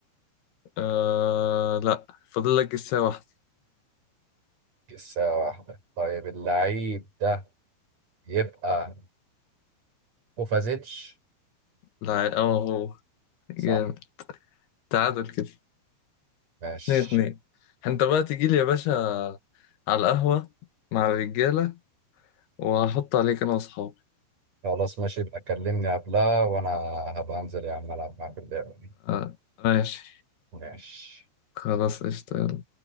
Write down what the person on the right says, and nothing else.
لسه واحدة طيب اللعيب ده يبقى كوفازيتش
صح
ماشي
خلاص ماشي يبقى كلمني قبلها وانا هبقى انزل يا عم العب معاك اللعبة دي
ماشي